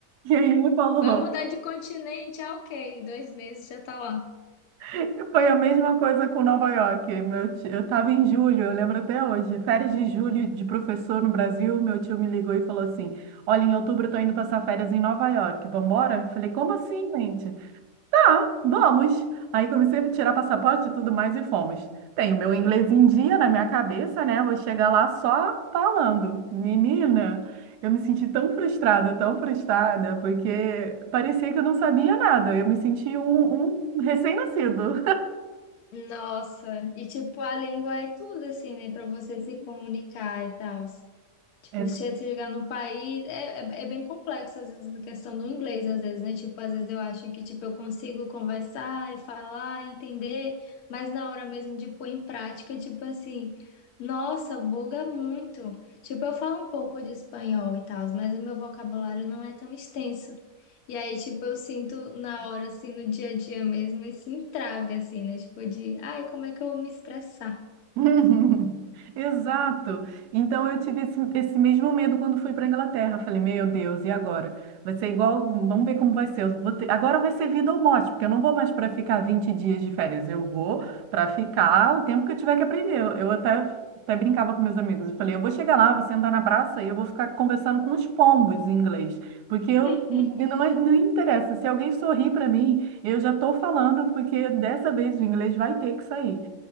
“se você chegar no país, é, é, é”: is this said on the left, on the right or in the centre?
Left